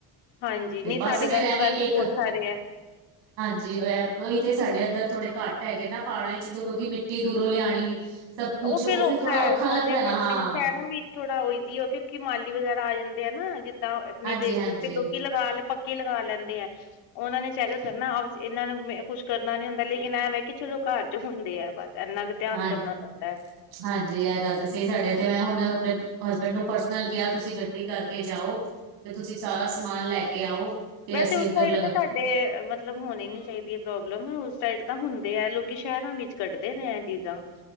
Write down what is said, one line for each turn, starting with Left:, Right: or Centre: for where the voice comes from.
Left: ਹਾਂਜੀ
Right: ਤੇ
Left: ਨਹੀਂ
Right: ਬਸ
Left: ਸਾਡੇ
Right: ਫੇਰ
Left: ਘਰ
Right: ਐਵੇਂ
Left: ਤਾਂ ਵੈਸੇ
Right: ਇੱਕ।
Left: ਬਹੁਤ ਸਾਰੇ ਹੈ।
Right: ਹਾਂਜੀ ਏ ਉਹੀ ਤੇ ਸਾਡੇ ਏਧਰ ਥੋੜੇ ਘੱਟ ਹੈਗੇ ਨਾ ਪਾੜਾ ਚ ਕਿਉਂਕਿ ਮਿੱ। ਟੀ ਦੂਰੋਂ ਲਿਆਣੀ। ਸਭ ਕੁਛ ਉਹ
Left: ਫਿਰ
Right: ਫੇਰ ਥੋੜਾ
Left: ਹੈ
Right: ਔਖਾ
Left: ਸਾਡੇ
Right: ਲੱਗਦਾਏ
Left: ਤੇ
Right: ਨਾ ਹਾਂ।
Left: ਨਹੀਂ ਸ਼ਹਿਰਾਂ ਵਿੱਚ ਥੋੜਾ ਓ ਈਜ਼ੀ ਉਹ ਕਿਉਂਕਿ ਮਾਲੀ ਵਗੈਰਾ ਆ ਜਾਂਦੇ ਆ ਨਾ, ਜਿੱਦਾਂ ਆਪਣੀ
Right: ਹਾਂਜੀ-ਹਾਂਜੀ
Left: ਦੇੇਖ ਦੇਖ ਲੋਕੀ ਲਗਾ ਲ ਪਕ ਕੇ ਲਗਾ ਲੈਂਦੇ ਐ। ਉਹਨਾਂ ਨੇ ਚੈਕ ਕਰਨਾ <unintelligible> ਏਨਾਂ ਨੂੰ ਮ ਕੁੱਛ ਕਰਨਾ ਨੀ ਹੁੰਦਾ ਲੇਕਿਨ ਇਹ ਵੇ ਕਿ ਚਲੋ ਘਰ ਚ ਹੁੰਦੇ ਆ ਬਸ ਏਨਾ ਕ। ਧਿਆਨ
Right: ਹਾਂ
Left: ਕਰਨਾ ਪੈਂਦਾ ਐ।
Right: ਹਾਂਜੀ ਏਹ ਗੱਲ ਤੇ ਸਈ ਸਾਡੇ ਏਥੇ ਮੈਂ ਹੁਨ ਆਪਨੇ। ਹਸਬੈਂਡ ਨੂੰ ਪਰਸਨਲ ਕਿਹਾ ਤੁਸੀਂ ਗੱਡੀ ਕਰਕੇ ਜਾਓ ਤੇ ਤੁਸੀਂ ਸਾਰਾ ਸਮਾਨ ਲੈ ਕੇ ਆਓ। ਤੇ
Left: ਵੈਸੇ
Right: ਅਸੀਂ
Left: ਉਸ
Right: ਇੱਧਰ
Left: ਸਾਈਡ
Right: ਲਗਾ
Left: ਤੇ ਤਾਡ। ਵੇ ਮਤਲਬ ਹੋਨੀ ਨੀ ਚਾਹੀਦੀ ਐ ਪ੍ਰੋਬਲਮ ਉਸ ਸਾਈਡ ਤਾਂ ਹੁੰਦੇ ਐ ਲੋਕੀ ਸ਼ਹਿਰਾਂ ਵਿੱ। ਕੱਢਦੇ ਨੇ ਇਹ ਚੀਜ਼ਾਂ।